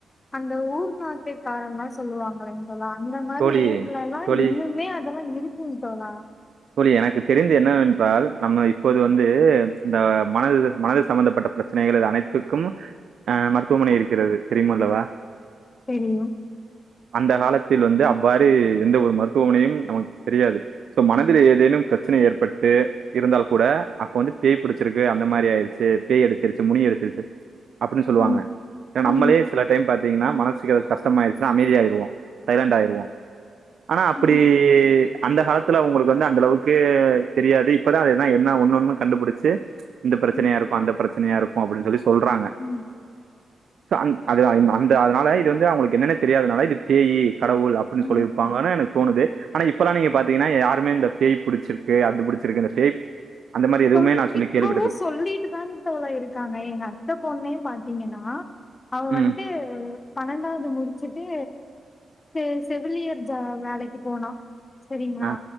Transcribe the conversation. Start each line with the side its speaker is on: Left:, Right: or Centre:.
Left: அந்த ஊர் நாட்ட காரங்கலாம் சொல்லுவாங்களே தோழா அந்த மாரி
Right: தோழி
Left: ஊருலலா
Right: தோழி
Left: இன்னுமே அதெல்லா இருக்கும் தோழா
Right: தோழி எனக்கு தெரிந்து என்னவென்றால் நம்ம இப்போது வந்து இந்த மனது மனது சம்பந்தப்பட்ட பிரச்ச ச்சனைகள் அனைத்துக்கும் ஆ மருத்துவமனை இருக்கிறது தெரியுமல்லவா
Left: தெரியும்
Right: அந்த காலத்தில் வந்து அவ்வாறு எந்த ஒரு மருத்துவனையும் நமக்கு தெரியாது சோ மனதில் ஏதேனும் பிரச்சனை ஏற்பட்டு இருந்தால் கூட அப்ப வந்து பேய் பிடிச்சிருக்கு அந்த மாரி ஆயிருச்சு பேய் அடிச்சிருச்சு முனி அடிச்சிருச்சு அப்டின்னு சொல்லுவாங்க
Left: ம்
Right: என நம்மளே
Left: ம்
Right: சில டைம் பாத்தீங்கின்னா மனசு ஏன கஷ்டம் ஆயிடுச்சுன்னா அமைதியாயிருவோ சைலண்ட் ஆயிருவோ ஆனா அப்படி
Left: ம்
Right: அந்த காலத்து தில்ல அவங்களுக்கு வந்து அந்த அளவுக்கு தெரியாது இப்பதா அதுன என ஒன்ன ஒன்னு கண்டுபிடிச்சு இந்த பிரச்சனையா
Left: ம்
Right: இருக்கும் அந்த பிரச்சனையா இருக்கும் அப்படின்னு சொல்லி சொல்றாங்க
Left: ம்
Right: சோ அந் அது அந்த அதனால இது வந்து அவங்களுக்கு என்னென்ன தெரியாததுனால இது பேயி கடவுள் அப்டின்னு
Left: ம்
Right: சொல்லிருப்பாங்கலோன்னு எனக்கு தோணுது ஆனா இப்ப எல்லா நீங்க பாத்தீங்கன்னா யாருமே இந்த பேய் புடிச்சிருக்குது அது புடிச்சிருக்கு இந்த பேய் அந்த மாதிரி எதுவுமே
Left: சோல்லுங்
Right: நான் சொல்லி
Left: இப்பவும்
Right: கேள்விப்பட்டது
Left: சொல்லிட்டு தாங் தோழா இருக்காங்க எங்க அத்த பொண்ணே பாத்தீங்கன்னா அவ வந்துட்டு
Right: ம்
Left: பன்னெண்டாவது முடிச்சுட்டு செ செவிலியர் ஜா வேலைக்கு போனா சரிங்கிளா
Right: ஆ